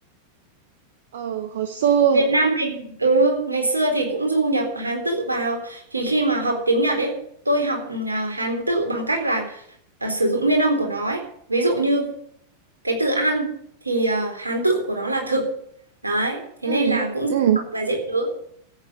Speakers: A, on the right; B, on the right.
A: ừ, hồi xưa,
B: Việt Nam mình ừ ngày xưa thì cũng du nhập Hán tự vào thì khi mà học tiếng Nhật ấy tôi học ừ, à, Hán tự bằng cách là à, sử dụng nguyên âm của nó ấy ví dụ như cái từ ăn thì à, Hán tự của nó là thực đấy thế
A: ừ,
B: nên là cũng
A: ừ,
B: dễ học và dễ nhớ